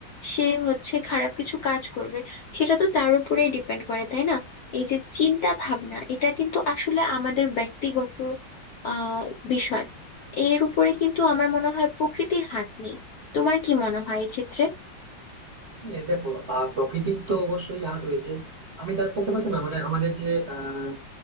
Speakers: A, on the left; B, on the right.
A: সে হচ্ছে খারাপ কিছু কাজ করবে সেটা তো তার উপরেই ডিপেন্ড করে তাই না এই যে চিন্তা ভাবনা এটা কিন্তু আসলে আমাদের ব্যক্তিগত আহ বিষয় এর উপরে কিন্তু আমার মনে হয় প্রকৃতির হাত নেই তোমার কি মনে হয় এক্ষেত্রে
B: হ্যাঁ দেখো আহ প্রকৃতির তো অবশ্যই হাত রয়েছে আমি তার পাশাপাশি না মানে আমাদের যে আহ